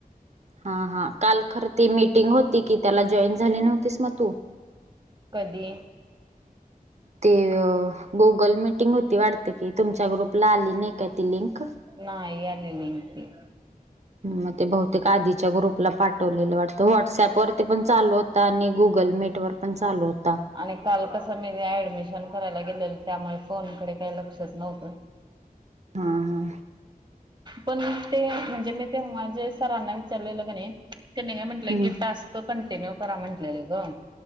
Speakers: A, on the right; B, on the right.
A: हा हा काल खर ती मीटिंग होती की त्याला जॉईन झाली नव्हतीस मग तू
B: कधी?
A: ते गुगल मिीटिंग होती वाढते की तुमच्या ग्रुपला आली नाही काय ती लिंक
B: नाही आलेलीती
A: मग ते बहुतेक आधीच्या ग्रुपला पाठवलेलं वाटतं व्हॉटसअपवरर ते पण चालू होता आणि गुगल मीट वर पण चालू होता.
B: आणि काल कसं मी ऍडमिशन करायला गेलेलं त्यामुळे फोनकडे काही लक्षच नव्हतं.
A: हा हा.
B: पण ते म्हणजे मी ते माझे सरांना विचारले लग नाही. का म्ह
A: हम्म
B: क टस् कंटिन्यू करा म्हं ग